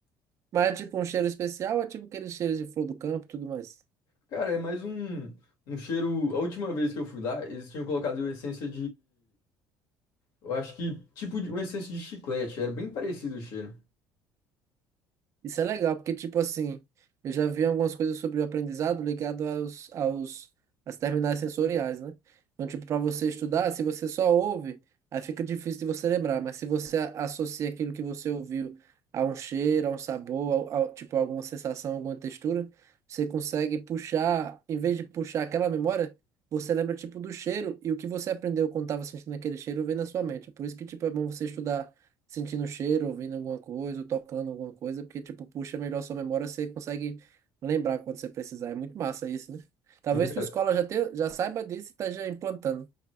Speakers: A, on the right (about 45°); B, on the left (about 70°).
A: Mas é tipo um cheiro especial, ou é tipo aqueles cheiros de flor do campo e tudo mais.
B: Cara, é mais um, um cheiro. A última vez que eu fui lá, eles tinham colocado essência Eu acho que, tipo, de- uma essência de chiclete, era bem parecido o cheiro.
A: Isso é legal, porque, tipo assim, eu já vi algumas coisas sobre o aprendizado ligado aos, aos, às terminais sensoriais, né? Então, tipo, para você estudar, se você só ouve, aí fica difícil de você lembrar, mas se você a- associa aquilo que você ouviu a um cheiro, a um sabor, a, a, tipo, alguma sensação, alguma textura, você consegue puxar, em vez de puxar aquela memória, você lembra, tipo, do cheiro e o que você aprendeu quando estava sentindo aquele cheiro vem na sua mente. É Por isso que, tipo, é bom você estudar sentindo o cheiro, ouvindo alguma coisa, ou tocando alguma coisa, porque, tipo, puxa melhor sua memória, você consegue lembrar quando você precisar. É muito massa isso, né? Talvez
B: Sim, cara.
A: sua escola já, tenha, já saiba disso e está já implantando.